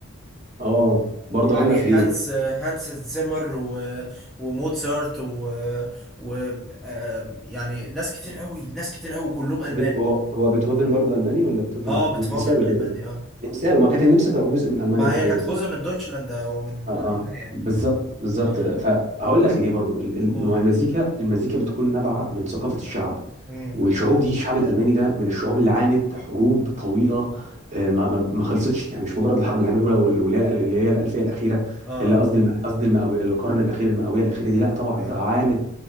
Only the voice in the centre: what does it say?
يعني
هانس
هانس زيمر و... وموتسارت و, و... آم، يعني ناس كتير قوي ناس كتير قوي كلهم المان
اه
بيتهوفن
الماني
اه
ما
هي كانت
جزء من دويتشلاند ومن
المانيا يعني
اه اه
آه.
قول
امم
اه
اه
اه